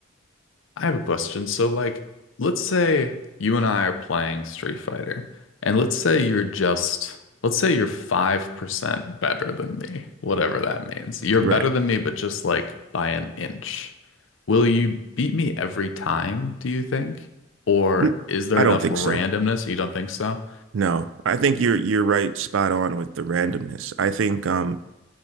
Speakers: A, on the left; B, on the right.
A: I have a question. So, like, let's say you and I are playing Street Fighter, and let's say you're just, let's say you're 5% better than me, whatever that means. You're
B: Right.
A: better than me, but just like by an inch. Will you beat me every time, do you think? Or
B: N-
A: is there
B: I
A: enough
B: don't think
A: randomness?
B: so.
A: You don't think so?
B: No, I think you're you're right, spot on with the randomness. I think um,